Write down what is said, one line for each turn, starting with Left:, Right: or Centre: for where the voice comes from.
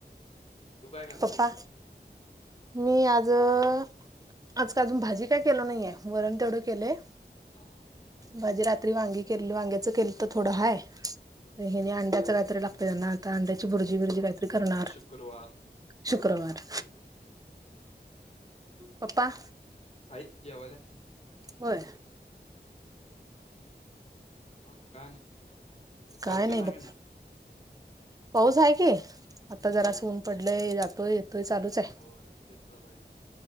Left: तू काय कराल्यास
Right: पप्पा
Left: जेवण?
Right: मी आज-आज काय अजून भाजी काय केलो नाही हाय वरण तेवढं केलंय
Left: हा हा.
Right: भाजी रात्री वांगी केलेलो वांग्याचं केलंत थोडं हाय
Left: हम्म हम्म
Right: हेने अंड्याच काहीतरी लागतय त्यांना आता अंड्याची भुर्जी बुरजी काहीतरी करणार
Left: आज शुक्रवार
Right: शुक्रवार.
Left: <inaudible>
Right: पप्पा?
Left: हायीत जेवाल्यात.
Right: होय?
Left: मग काय नाही
Right: काय
Left: पाऊस
Right: नाही
Left: तेन हाय
Right: बघ.
Left: का
Right: पाऊस आहे की आता
Left: हम्म
Right: जरास ऊन पडलय जातोय येतोय चालूच हाय
Left: होय तेच चालू हाय हिकडं पण.